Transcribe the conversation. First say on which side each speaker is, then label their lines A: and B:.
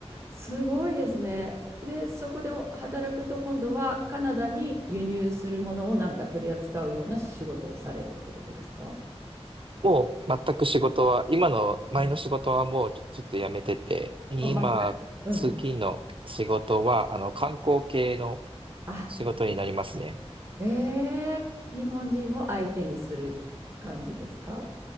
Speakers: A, on the right; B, on the right.
A: すごいですね。で、そこでお働くと今度はカナダに輸入するものをなんか取り扱うような仕事をされるってことですか
B: もう全く仕事は、今の前の仕事はもうちょちょっとやめてて、
A: うん
B: 今、
A: あ全く。うん。
B: 次の仕事は、あの、観光系の
A: あ、
B: 仕事になりますね。
A: ええ日本人を相手にする感じですか